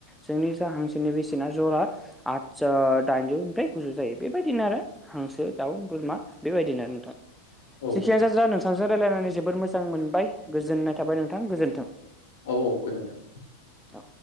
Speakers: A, in the centre; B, on the left.
A: जोंनि जा हांसोनि बेसेना जरा आद दाइनजौनिफ्राय गुजौ जायो बेबायदिनो आरो हांसो दाउ बोरमा बेबायदिनो आरो नोंथां।
B: औ
A: जेखियानो जाजा नोंथांजों रायजलायनानै जोबोद मोजां मोनबाय गोजोननाय थाबाय नोंथां गोजोन्थों।
B: औ औ गोजोन्थों।
A: औ।